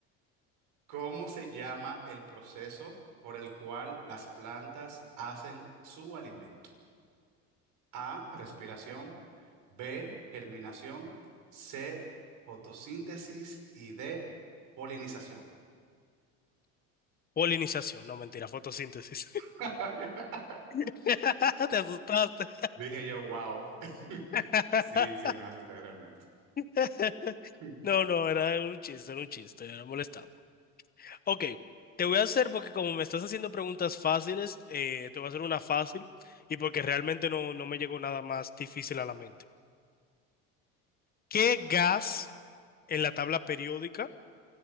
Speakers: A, on the right; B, on the left.
A: ¿Cómo se llama el proceso por el cual las plantas hacen su alimento? A, respiración, B, germinación, C, fotosíntesis y D, polinización.
B: Polinización, no mentira, fotosíntesis.
A: <laughs>
B: <laughs> Te asustaste.
A: Dije yo, wow. <laughs>
B: <laughs>
A: Sí, sí, me asusté realmente.
B: <laughs>
A: <laughs>
B: No, no, era un chiste, era un chiste, era molestando. Ok, te voy a hacer, porque como me estás haciendo preguntas fáciles, eh, te voy a hacer una fácil y porque realmente no, no me llegó nada más difícil a la mente. ¿Qué gas en la tabla periódica?